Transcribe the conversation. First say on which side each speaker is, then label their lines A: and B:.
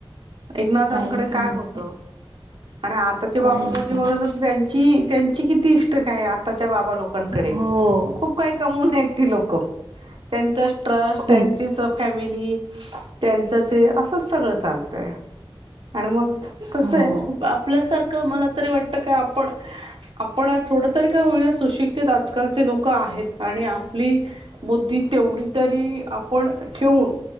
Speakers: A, on the right (about 65°); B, on the right (about 45°).
A: एकनाथांकडे
B: काहीच
A: काय
B: नव्हते
A: होतं? आणि आताची बाबा
B: काहीच
A: बाजी
B: नाही
A: बघलं तर त्यांची त्यांची किती ईस्ट काय आताच्या बाबा लोकांकडे
B: हो
A: खूप काही कमवून आहे ती लोक. त्यांच स्ट्रस्ट
B: खूप
A: त्यांची फॅमिली त्यांच ते असंच सगळं चालतंय. आणि मग कसं
B: हो
A: आहे आपल्यासारखं मला तरी वाटत का आपण आपण थोडं तरी काय होईना सुशिक्षित आजकालचे लोक आहेत आणि आपली बुद्धी तेवढी तरी आपण ठेवून